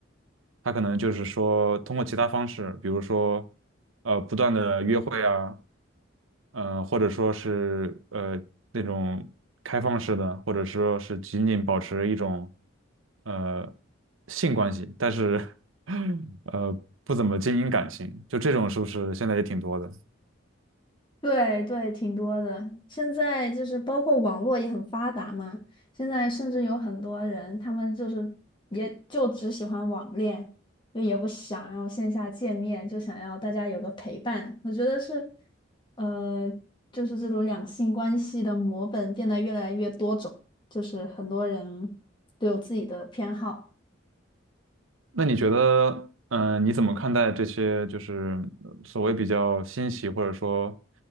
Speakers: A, on the right; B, on the left.
A: 他可能就是说通过其他方式，比如说呃不断的约会啊，呃或者说是呃那种开放式的，或者说是仅仅保持一种呃性关系，但是 <laughs> 呃不怎么经营感情，就这种是不是现在也挺多的？
B: 对对，挺多的。现在就是包括网络也很发达嘛，现在甚至有很多人，他们就是也就只喜欢网恋，就也不想要线下见面，就想要大家有个陪伴。我觉得是，呃，就是这种两性关系的模本变得越来越多种，就是很多人都有自己的偏好。
A: 那你觉得，嗯、你怎么看待这些就是呃所谓比较新奇或者说，